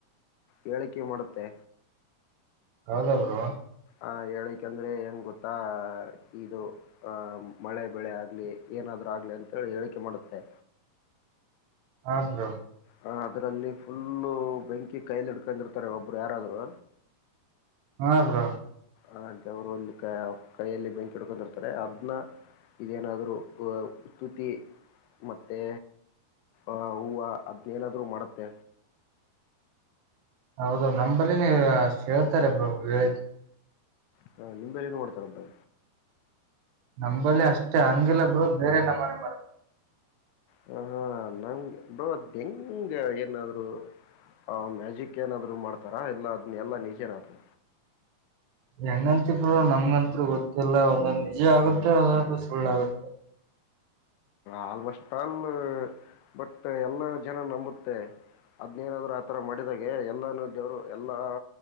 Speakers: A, on the left (about 80°); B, on the right (about 80°).
A: ಹೇಳಿಕೆ ಮಾಡುತ್ತೆ
B: ಯೌದ ಬರು
A: ಆಹ ಹೇಳಿಕಂದ್ರೆ ಹೆಂಗ್ ಗೊತ್ತಾ ಇದು ಆಹ ಮಳೆ ಬೆಳೆ ಆಗ್ಲಿ ಏನಾದ್ ಆಗ್ಲಿ ಅಂತ ಹೇಳಿ ಹೇಳಿಕೆ ಮಾಡುತ್ತೆ
B: ಹಬ್ರ
A: ಹ ಅದ್ರಲ್ಲಿ ಫುಲ್ಲು ಬೆಂಕಿ ಕೈಲಿ ಇಡ್ಕೊಂಡಿರ್ತಾರೆ ಒಬ್ರು ಯಾರಾದ್ರು
B: ಹಾ ಬ್ರ
A: ಆ ಜವರುಲ್ಲಿ ಕೈಯಲ್ಲಿ ಬೆಂಕಿ ಹಿಡ್ಕೊಂಡಿರ್ತಾರೆ ಅದನ್ನ ಇದೇನ ಅಹ ಉುತಿ ಮತ್ತೆ ಆ ಹೂವು ಹದ್ನೇನಾದ್ರು ಮಾಡತ್ತೆ
B: ಹೌದು ನಂಬಲ್ಲಿ ಅಷ್ಟ ಹೇಳ್ತಾರೆ ಹೇಳತು
A: ಹಾ ನಿಮ್ದಲ್ಲಿ ಏನ್ ಮಾಡ್ತಾರಬ್ಬ
B: ನಂಬಲ್ಲಿ ಅಷ್ಟೇ ಹಂಗಿಲ್ಲ ಬ್ರೋ ಬೇರೆ ನಮ್ಮ ಮನೆ ಮಾಡ
A: ಹ ಹಾ ನಂಗೆ ಬದ ಹೆಂಗಂಗ ಏನಾದ್ರು ಆ ಮ್ಯಾಜಿಕ್ ಏನಾದ್ರು ಮಾಡ್ತಾರಾ ಎಲ್ಲಾ ಅದ್ನ ಎಲ್ಲಾ ನಿಜೇನದು
B: ಹೆಂಗಂತಬರು ನಮ್ಗತ್ರು ಗೊತ್ತಿಲ್ಲ ಒಂದೊಂದು ನಿಜ ಆಗುತ್ತೆ ಒಂದೊಂದು ಸುಳ್ಳಾಗುತ್ತೆ
A: ಆಲ್ಮಸ್ಟ್ ಆಲ್ ಬಟ್ ಎಲ್ಲಾ ಜನ ನಂಬುತ್ತೆ ಅದ್ನೇನಾದ್ರು ಆತರ ಮಾಡಿದಾಗೆ ಎಲ್ಲಾನ ದೇವರು ಎಲ್ಲಾ